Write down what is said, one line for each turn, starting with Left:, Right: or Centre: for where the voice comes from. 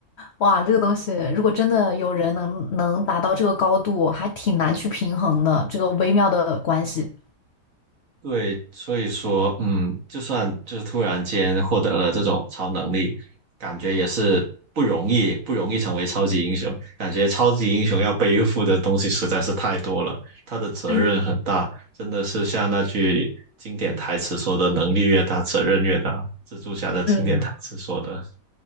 Left: 哇，这个东西如果真的有人能能达到这个高度，还挺难去平衡的，这个微妙的关系。
Right: 对，所以说，嗯，就算就是突然间获得了这种超能力，感觉也是不容易，不容易成为超级英雄。感觉超级英雄要背负的东西实在是太多了，他的责任很大，
Left: 嗯，
Right: 真的是像那句经典台词说的：“能力越大，责任越大。”蜘蛛侠的经典台词说的，
Left: 是